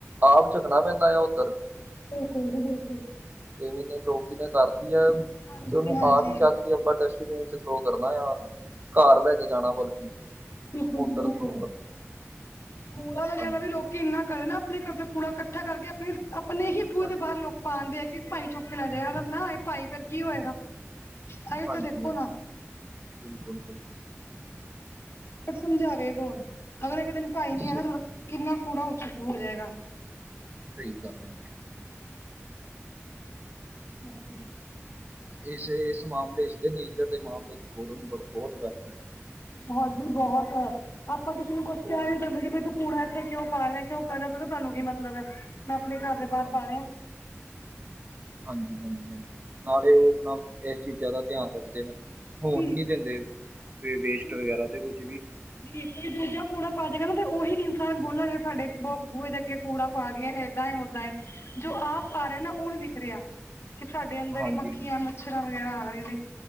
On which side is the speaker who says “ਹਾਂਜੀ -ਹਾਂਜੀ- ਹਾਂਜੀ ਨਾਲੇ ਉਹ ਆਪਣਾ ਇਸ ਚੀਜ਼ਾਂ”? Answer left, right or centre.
Right